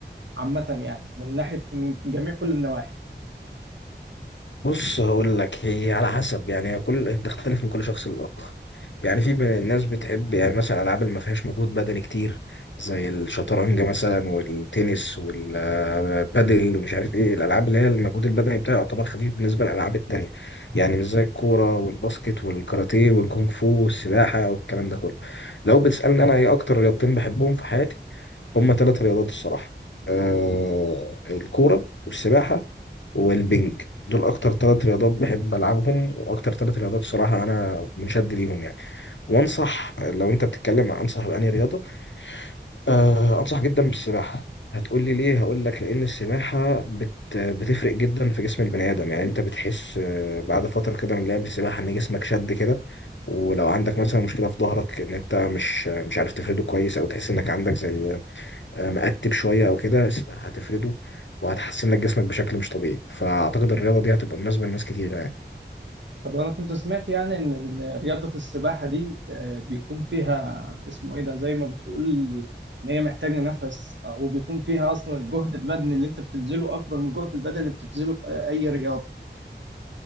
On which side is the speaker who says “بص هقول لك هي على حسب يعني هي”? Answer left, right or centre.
Left